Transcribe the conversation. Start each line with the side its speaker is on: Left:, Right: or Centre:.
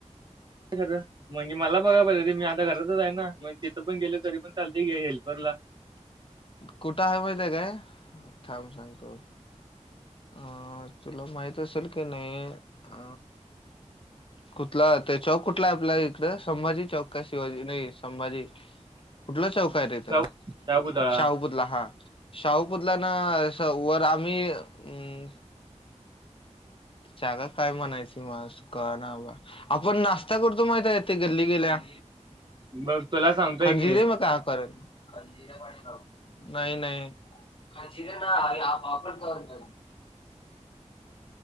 Right: ह. म्हणजे मला बघा पाहिजे ते मी आता घरातच आहे ना मग तिथं पण गेलो तरी पण चालते घ हेल्परला
Left: कुठं आहे माहिित आहे काय थांब सांगतो अं तुला माहित असेल की नाही अ कुठला ते चौक कुठला आपल्या इकड संभाजी चौक का शिवाजी नाही संभाजी कुठला चौक रे तो
Right: शाबू शाबुदाळा
Left: शाहुपुतला हा शाहुपुतला ना वर आम्ही अ जागा काय म्हणायची मास क नाबा आपण नाश्ता करतो माहिित यथे गल्ली गेल्या
Right: बघ तुला सांगतो
Left: खंजीरे
Right: एक मी
Left: म का करेल जिर पडे नाही नाही का जिरण कर